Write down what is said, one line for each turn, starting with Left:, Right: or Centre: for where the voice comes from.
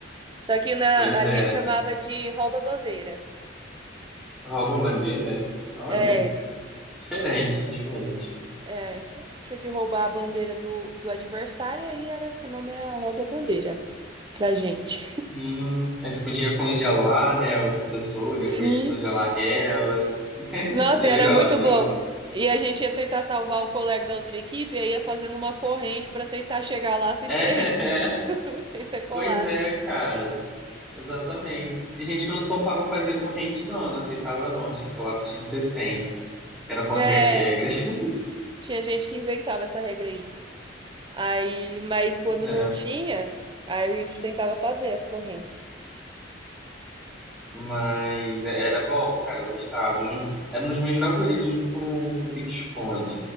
Right: Só que na,
Centre: Pois
Right: a
Centre: é,
Right: gente chamava de rouba-bandeira.
Centre: rouba-bandeira. Olha.
Right: É,
Centre: Diferente, diferente.
Right: é, tinha que roubar a bandeira do, do adversário e aí era, o nome era rouba-bandeira pra gente.
Centre: Sim, aí você podia congelar, né, a outra pessoa,
Right: Sim.
Centre: depois descongelar ela.
Right: Nossa,
Centre: Era legal,
Right: e era muito
Centre: era legal.
Right: bom. E a gente ia tentar salvar o colega da outra equipe e aí ia fazendo uma corrente pra tentar chegar lá sem
Centre: É,
Right: ser,
Centre: <laughs>
Right: <laughs> sem ser colado.
Centre: pois é, cara. Exatamente. Tem gente que não topava fazer corrente, não, não aceitava, não. Tinha que falar que tinha que ser 100, que era contra
Right: É,
Centre: as regras. <laughs>
Right: tinha gente que inventava essa regra aí. Aí, mas quando
Centre: Pois é.
Right: não tinha, aí a gente tentava fazer as correntes.
Centre: Mas é- era bom, cara, eu gostava. Jun- Era um dos meus favoritos, junto com, com o Pique-Esconde.